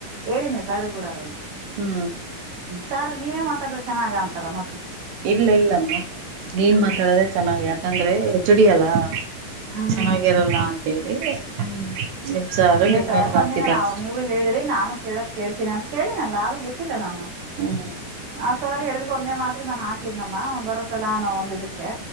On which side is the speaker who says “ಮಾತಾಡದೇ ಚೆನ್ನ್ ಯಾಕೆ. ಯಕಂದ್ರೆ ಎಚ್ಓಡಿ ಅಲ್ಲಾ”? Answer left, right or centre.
Right